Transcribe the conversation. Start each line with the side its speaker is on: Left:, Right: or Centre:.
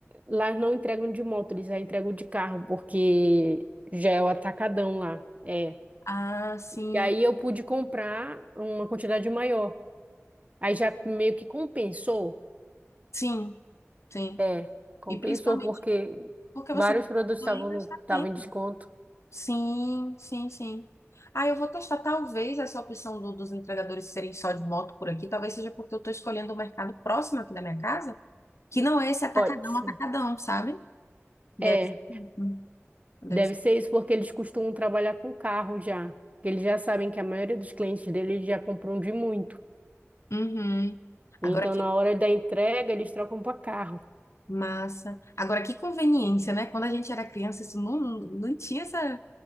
Right: lá não entregam de moto, eles já entregam de carro, porque já é o atacadão lá. É.
Left: Ah, sim,
Right: E aí eu pude comprar uma quantidade maior. Aí já meio que compensou.
Left: sim, sim.
Right: É, compensou
Left: E principalmente
Right: porque
Left: porque
Right: vários
Left: você não
Right: produtos
Left: vai
Right: estavam no-
Left: gastar
Right: estavam
Left: tempo.
Right: em desconto.
Left: Sim, sim, sim. Ah, eu vou testar talvez essa opção do- dos entregadores serem só de moto por aqui. Talvez seja porque eu estou escolhendo o mercado próximo aqui da minha casa, que não é esse atacadão,
Right: Pode ser.
Left: atacadão, sabe? Deve
Right: É.
Left: ser. hum, Deve
Right: Deve
Left: ser.
Right: ser isso porque eles costumam trabalhar com carro já. que Eles já sabem que a maioria dos clientes deles já compram de muito.
Left: Uhum.
Right: Então,
Left: Agora que
Right: na hora da entrega, eles trocam para carro.
Left: massa. Agora que conveniência, né? Quando a gente era criança, isso não, não tinha essa,